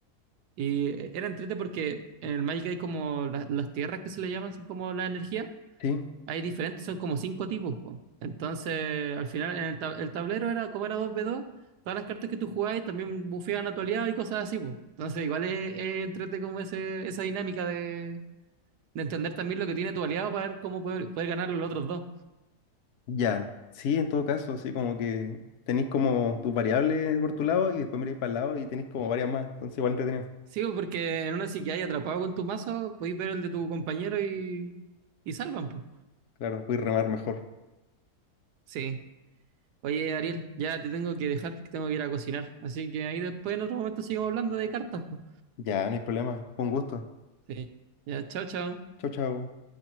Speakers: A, on the right; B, on the left.
A: Y eh, era entrete porque en el Magic hay como la- las tierras que se le llaman, son como la energía.
B: sí,
A: hay diferentes, son como cinco tipos. po. Entonces, al final, en el, tab- el tablero era como era dos v dos, todas las cartas que tú jugabas también bufeaban a tu aliado y cosas así. po. Entonces, igual es, es entrete como ese, esa dinámica de, de entender también lo que tiene tu aliado para ver cómo poder, poder ganar los otros dos.
B: ya. Sí, en todo caso, así como que tenéis como tus variables por tu lado y después miráis para el lado y tenéis como varias más. Entonces, igual entretenido.
A: Sí, po, porque en una si que hay atrapado con tu mazo, podéis ver el de tu compañero y, y salvan. pues
B: Claro, voy a remar mejor.
A: Sí. Oye, Ariel, ya te tengo que dejar, que tengo que ir a cocinar. Así que ahí después en otro momento seguimos hablando de cartas. po.
B: Ya, no hay problema. Con gusto.
A: Sí. Ya, chao, chao.
B: Chau, chau.